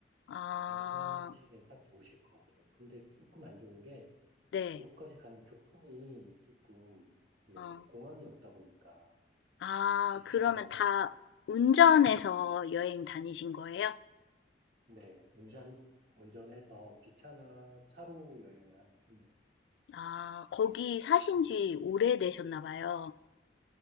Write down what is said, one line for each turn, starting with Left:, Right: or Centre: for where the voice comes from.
Left: 아,
Right: 관광하시기엔 딱 좋으실 것 같아요. 근데 조금 안 좋은 게
Left: 네.
Right: 그곳까지 가는 교통이 조금, 네,
Left: 어.
Right: 공항이 없다 보니까
Left: 아,
Right: 기차나,
Left: 그러면 다 운전해서 여행 다니신 거예요?
Right: 네, 운전, 운전해서 기차나 차로 여행을 하는 편이에요.
Left: 아, 거기 사신 지 오래되셨나 봐요.